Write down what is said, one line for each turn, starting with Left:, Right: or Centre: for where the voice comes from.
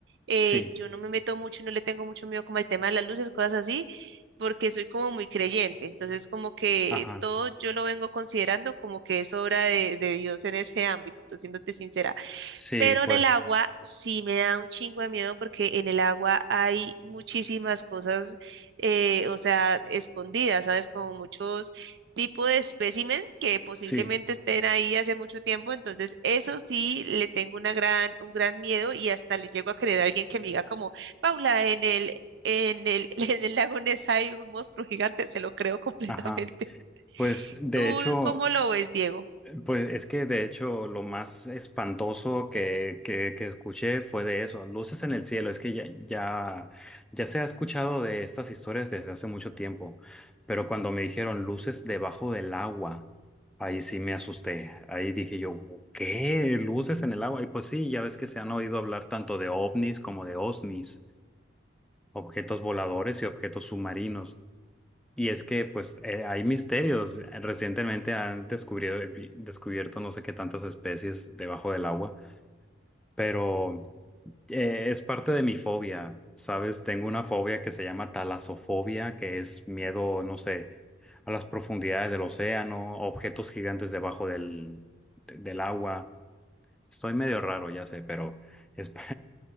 Right: eh,
Centre: Sí,
Right: yo no me meto mucho y no le tengo mucho miedo como al tema de las luces, cosas así, porque soy como muy creyente. Entonces, como que
Centre: ajá.
Right: todo yo lo vengo considerando como que es obra de, de Dios en ese ámbito, siéndote sincera.
Centre: Sí,
Right: Pero
Centre: pues,
Right: en el agua sí me da un chingo de miedo porque en el agua hay muchísimas cosas, eh, o sea, escondidas, ¿sabes? Como muchos tipos de espécimen que posiblemente
Centre: sí,
Right: estén ahí hace mucho tiempo. Entonces, eso sí le tengo una gran, un gran miedo y hasta le llego a querer a alguien que me diga como, Paula, en el, en el, <laughs> en el lago Ness hay un monstruo gigante, se lo creo <laughs> completamente.
Centre: ajá. Pues de
Right: ¿Tú
Centre: hecho.
Right: cómo lo ves, Diego?
Centre: Pues es que de hecho lo más espantoso que, que, que escuché fue de eso, luces en el cielo. Es que ya, ya, ya se ha escuchado de estas historias desde hace mucho tiempo, pero cuando me dijeron luces debajo del agua, ahí sí me asusté. Ahí dije yo, ¿qué? ¿Luces en el agua? Y pues sí, ya ves que se han oído hablar tanto de ovnis como de osnis, objetos voladores y objetos submarinos. Y es que pues eh, hay misterios. Recientemente han descubrido- descubierto no sé qué tantas especies debajo del agua, pero eh, es parte de mi fobia, ¿sabes? Tengo una fobia que se llama talasofobia, que es miedo, no sé, a las profundidades del océano, a objetos gigantes debajo del, de- del agua. Estoy medio raro, ya sé, pero es,